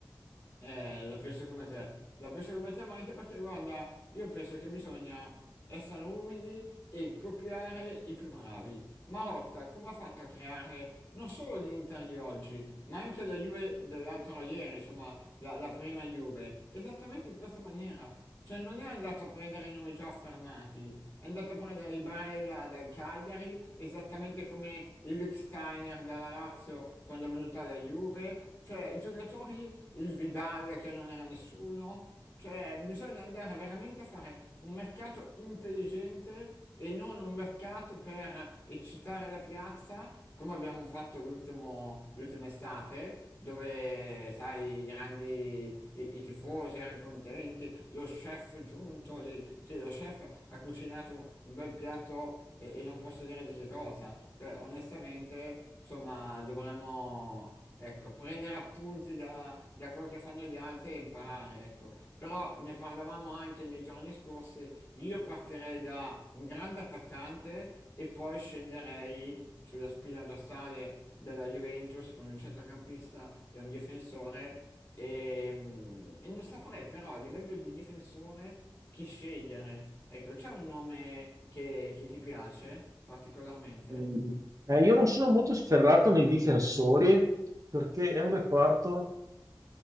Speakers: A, on the left; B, on the right.
A: Eh, la penso come te, la penso come te, ma anche perché, guarda, io penso che bisogna essere umili e copiare i più bravi. Marotta, come ha fatto a creare non solo l'Inter di oggi, ma anche la Juve dell'altro ieri, insomma, la, la prima Juve, esattamente in questa maniera. Cioè non è andato a prendere i nomi già affermati, è andato a prendere i Barella dal Cagliari, esattamente come il Lichsteiner dalla Lazio quando è venuta la Juve, cioè giocatori, il Vidal che non era nessuno, cioè bisogna andare veramente a fare un mercato intelligente e non un mercato per eccitare la piazza, come abbiamo fatto l'ultimo- l'ultima estate, dove, sai, i grandi, i, i tifosi erano contenti, lo chef giunto lì, sì, lo chef ha cucinato un bel piatto e, e non posso dire di che cosa, cioè, onestamente, insomma, dovremmo... Ecco, prendere appunti da, da quello che fanno gli altri e imparare, ecco. Però ne parlavamo anche nei giorni scorsi, io partirei da un grande attaccante e poi scenderei sulla spina dorsale della Juventus con un centrocampista e un difensore e, mm, e non saprei però a livello di difensore chi scegliere. Ecco, c'è un nome che, che ti piace particolarmente?
B: Mm. Eh, io non sono molto sferrato nei difensori perché è un reparto